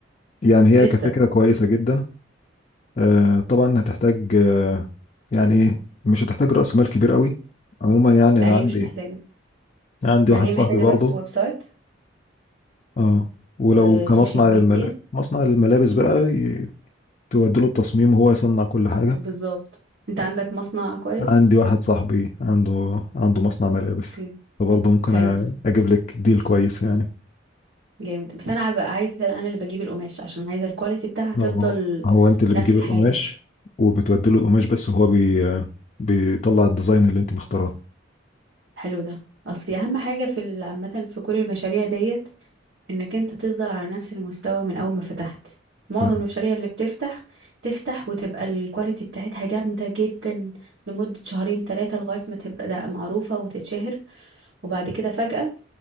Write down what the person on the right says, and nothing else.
لسه
لا
هي
مش محتاجة
يعني
هي محتاجة
بس ويب سايت
وسوشيال
ميديا
بالظبط انت عندك مصنع كويس
اوكي
حلو
ده
جامد بس انا بقى عايزة انا اللي بجيب القماش عشان عايزة الكواليتي بتاعها
تفضل
نفس
الحاجة
حلو ده اصلي اهم حاجة في ال- عامة في كل المشاريع ديت انك انت تفضل على نفس المستوى من اول ما فتحت معظم
المشاريع اللي بتفتح تفتح وتبقى الكواليتي بتاعتها جامدة جدا لمدة شهرين ثلاثة لغاية ما تبقى ده معروفة وتتشهر وبعد كده فجأة